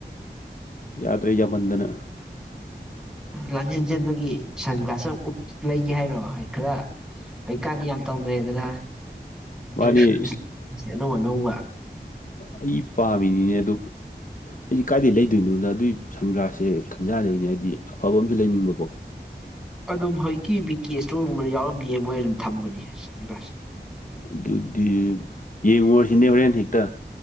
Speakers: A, on the left; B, in the centre.
A: ꯌꯥꯗ꯭ꯔꯦ ꯌꯥꯝ ꯃꯟꯗꯅ
B: ꯂꯥꯟꯖꯦꯟ ꯆꯦꯟꯕꯒꯤ ꯁꯟ ꯒ꯭ꯂꯥꯁ ꯑꯃ ꯎꯞ ꯂꯩꯒꯦ ꯍꯥꯏꯔꯣ ꯈꯔ ꯍꯩ ꯀꯅꯤ ꯌꯥꯝ ꯇꯧꯗ꯭ꯔꯑꯦꯗꯅ
A: ꯃꯥꯅꯦ
B: ꯗ꯭ꯔ <unintelligible>
A: ꯑꯁ
B: ꯑꯅꯧ ꯑꯅꯧꯕꯥ
A: ꯑꯩ ꯄꯥꯝꯃꯤꯅꯤꯅꯦ ꯑꯗꯨ ꯑꯩꯖꯦ ꯀꯥꯏꯗꯩ ꯂꯩꯗꯣꯏꯅꯣꯅ ꯑꯗꯨꯏ ꯁꯟꯒ꯭ꯜꯁꯦ ꯈꯟꯖꯥꯅꯩꯅꯦ ꯍꯥꯏꯗꯤ ꯑꯐꯕ ꯑꯝꯁꯨ ꯂꯩꯅꯤꯡꯕꯀꯣ
B: ꯑꯗꯨꯝ ꯍꯧꯖꯤꯛꯀꯤ ꯕꯤ ꯀꯦ ꯏꯁꯇꯣꯔꯒꯨꯝꯕꯗ ꯌꯥꯎꯔꯝꯅꯤꯌꯦ ꯃꯣꯏ ꯑꯗꯨꯝ ꯊꯝꯕꯅꯤ ꯁꯟ ꯒ꯭ꯂꯥꯁ
A: ꯑꯗꯨꯗꯤ ꯌꯦꯡꯉꯨꯔꯁꯤꯅꯦ ꯍꯣꯔꯦꯟ ꯍꯦꯛꯇ